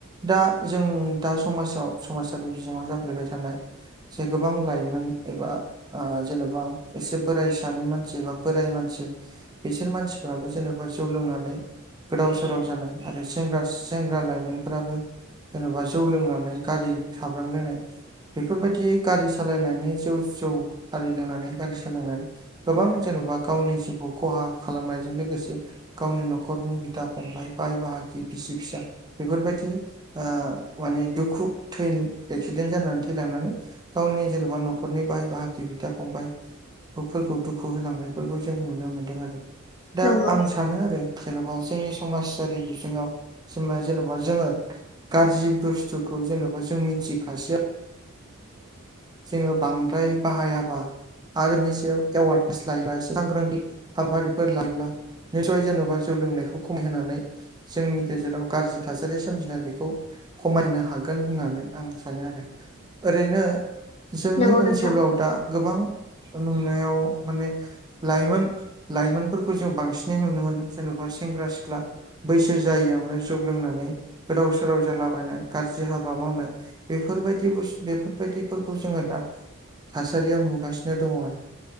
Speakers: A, on the right; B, on the left.
A: दा जों दा समाजाव समाजारि बिजोङाव जाफ्लेबाय थानाय से गोबां लाइमोन एबा ओ जेन'बा एसे बोराइसानि मानसि‌बा बोराय मानसि बिसोर मानसिफ्राबो जेनेबा जौ लोंनानै गोदाव सोराव जानाय आरोें सेंग्रा लाइमोनफ्राबो जेन'बा जौ लोंनानै गारि साब्रांलायनाय बेफोरबायदि गारि सालायनानै जौ जौ आरि लोंनानै गारि सालायनानै गोबां जेन'बा गावनि जिउखौ खहा खालामनायजों लोगोसे गावनि न'खरनि बिदा फंबाय बाय बाहागि बिसि फिसा बेफोरबायदि ओ माने दुखु थै एक्सिडेन्ट जानानै थैलांनानै गावनि जेनेबा न'खरनि बाय बाहागि बिदा फंबाय फोरखौ दुखु होलांनायफोरखौ जों नुनो मोनदों आरो दा
B: नंगौ
A: आं सानो आरो जेनेबा जोंनि समाजारि बिजोङाव जेनबा जेनेबा जोङो गाज्रि बुस्थुखौ जेन'बा जों मिथिखसेयाव बो बांद्राय बाहायाबा आरो इनि सायाव एवार्डनेस लायोब एसे सांग्रांथि हाबफारिफोर लायोब्ला निसय जेन'बा जौ लोंनायखौ खमायहोनानै जोंनि गेजेराव गाज्रि थासारि सोमजिनाय बेखौ खमायनो हागोन होननानै आं सानो आरो ओरैनो जोंनि
B: नंगौ नोंथां
A: ओनसोलाव दा गोबां नुनायाव माने लाइमोन लाइमोनफोरखौ जों बांसिनै नुनो मोनदों जेन'बा सेंग्रा सिख्ला बैसो जायैयावनो जौ लोंनानै गोदाव सोराव जालाबायनाय गाज्रि हाबा मावनाय बेफोरबायदि बुस्थु बेफोरबायदिफोरखौ जोङो दा थासारियाव नुगासिनो दङ आरो